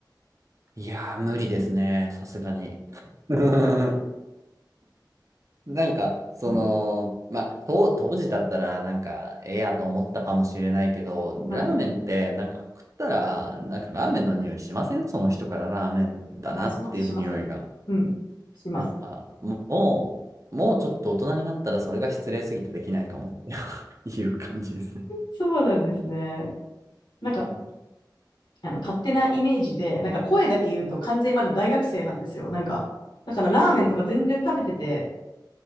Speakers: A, on the right (about 45°); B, on the left (about 75°).
A: いやー、無理ですね。さすがに。<laughs> なんか、その、
B: うん。
A: まあ、と当時だったら、なんか、ええやと思ったかもしれないけど、
B: うん。
A: ラーメンって、なんか食ったら、なんかラーメンの匂いしませんその人からラーメンだなっていう匂いが。
B: あ、します、します。うん。します。
A: なんか、もう、もうちょっと大人になったら、それが失礼すぎてできないかもって <laughs> いう感じですね。
B: そうなんですね。なんか、
A: うん。
B: あの、勝手なイメージで、なんか声だけ言うと完全にまだ大学生なんですよ。なんか、だからラーメンとか全然食べてて、